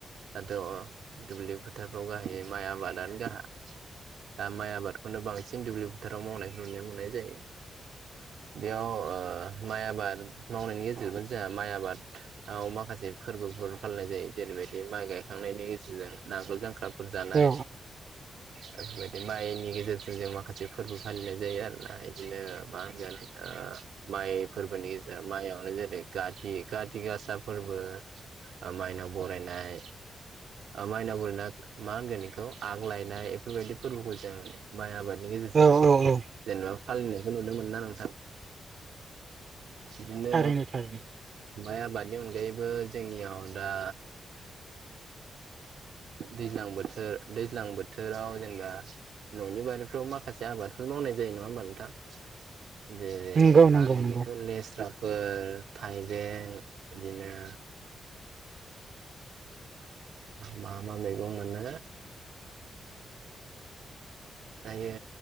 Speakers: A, on the right; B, on the right.
A: दाथ' दुब्लि फोथारफ्राव गाहाय माइ आबादानो गाहाय दा माइ आबाद खौनो बांसिन दुब्लि फोथाराव मावनायखौ नुनो मोननाय जायो बेयाव माइ आबाद मावनायनि गेजेरबोनो जोंहा माइ आबाद आ माखासे फोरबोफोर फनाय जायो जेरैबायदि माइ गायखांनायनि गेजेरजों नाखौ जां सख्राफोर जानाय
B: औ
A: बेफोरबायदि माइनि गेजेराव गेजेरसिन जों माखासे फोरबो फालिनाय जायो आरोना बिदिनो मा होनगोन माइ फोरबोनि गेजेराव माइयावनो जेरै काथि खााथि गासा फोरबो मायनाव बरायनाय माइनाव बरायनाय ना मा होनगोन बेखौ आग्लायनाय बेफोरबायदि फोरबोखौ जों माइ आबादनि गेजेरजों
B: औ औ
A: जेनेबा फालिनायखौ नुनो मोनना नोंथां बिदिनो
B: थारैनो थारैनो
A: माइ आबादनि अनगायैबो जोंनियाव दा दैज्लां बोथोर दैज्लां बोथोराव जेनेबा न'नि बारिफ्राव माखासे आबादफोर मावनाय जायो नङा होमबा नोंथां दे दे
B: नंगौ
A: मा
B: नंगौ
A: होनगोन
B: नंगौ
A: बेखौ लेसारा फोर थाइबें बिदिनो मा मा मैगं मोनो दायो